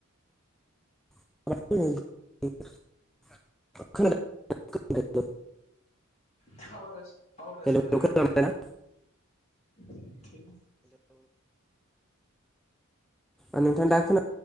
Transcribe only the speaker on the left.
टावारा टावारासो
जाबाय
नोंथां। <inaudible>